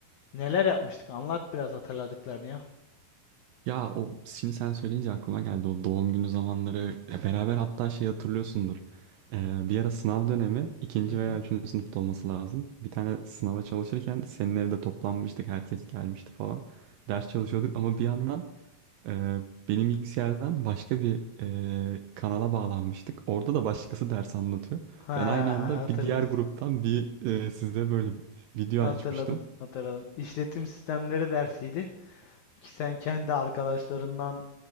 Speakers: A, on the left; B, on the right.
A: Neler yapmıştık? Anlat biraz hatırladıklarını ya.
B: Ya o şimdi sen söyleyince aklıma geldi o doğum günü zamanları E, beraber hatta şey hatırlıyorsundur. E, bir ara sınav dönemi ikinci
A: Hı hı.
B: veya üçüncü sınıfta olması lazım. Bir tane sınava çalışırken senin evde toplanmıştık herkes gelmişti falan. Ders çalışıyorduk ama bir yandan Ee, benim bilgisayardan başka bir e, kanala bağlanmıştık. Orada da başkası ders anlatıyor.
A: Ha,
B: Ben aynı anda
A: hatırladım.
B: bir diğer gruptan bir e, size böyle video
A: Hatırladım.
B: açmıştım.
A: Hatırladım. İşletim sistemleri dersiydi ki sen kendi arkadaşlarından